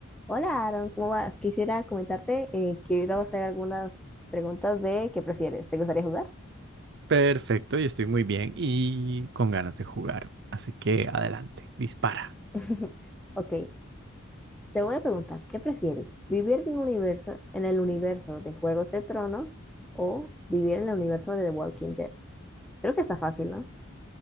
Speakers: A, in the centre; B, on the right.
A: Hola, Aaron, ¿cómo vas? Quisiera comentarte, eh, quiero hacer algunas preguntas de ¿qué prefieres? ¿Te gustaría jugar?
B: Perfecto, yo estoy muy bien y con ganas de jugar. Así que adelante, dispara.
A: <laughs> Ok, te voy a preguntar, ¿qué prefieres? ¿Vivir en un universo, en el universo de Juegos de Tronos o vivir en el universo de The Walking Dead? Creo que está fácil, ¿no?